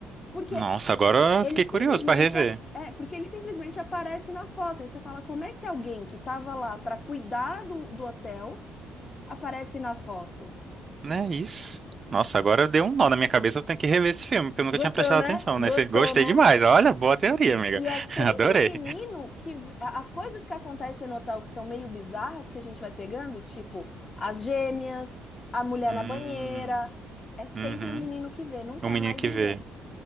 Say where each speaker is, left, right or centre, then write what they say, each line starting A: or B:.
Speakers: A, on the left; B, on the right.
A: Porque
B: Nossa, agora
A: ele
B: eu fiquei
A: simplesmente
B: curioso pra rever.
A: a- é, porque ele simplesmente aparece na foto. Aí você fala, como é que alguém que estava lá para cuidar do, do hotel aparece na foto?
B: Né, isso. Nossa, agora deu um nó na minha cabeça, eu tenho que rever esse filme, porque eu nunca
A: Gostou,
B: tinha prestado
A: né?
B: atenção,
A: Gostou,
B: né? Você- Gostei
A: né?
B: demais. Olha, boa teoria, amiga.
A: E é sempre
B: <laughs> Adorei.
A: um menino que as coisas que acontecem no hotel que são meio bizarras que a gente vai pegando, tipo as gêmeas, a mulher
B: Hum,
A: na banheira, é sempre
B: uhum.
A: o menino que vê, nunca
B: O menino
A: é mais
B: que
A: ninguém.
B: vê.